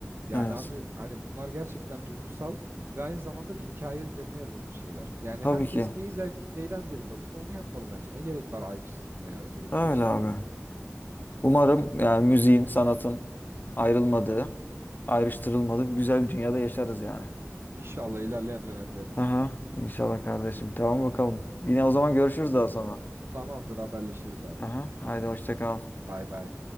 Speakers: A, on the right; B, on the left.
A: Yani
B: Evet.
A: abi hani bunlar gerçekten duygusal ve aynı zamanda bir hikaye üzerine yazılmış şeyler. Yani
B: Tabii
A: herkes
B: ki.
A: neyi zevk, neyden zevk alıyorsa onu yapmalı bence. Ne gerek var ayrıştırmaya, ötekileştirmeye?
B: Öyle abi. Umarım yani müziğin, sanatın ayrılmadığı, ayrıştırılmadığı bir güzel bir dünyada yaşarız yani.
A: İnşallah ilerleyen dönemde en azından.
B: Aha, inşallah kardeşim. Tamam bakalım. Yine o zaman görüşürüz daha sonra.
A: Tamamdır haberleşiriz abi.
B: aha. Haydi hoşça kal.
A: Bay bay.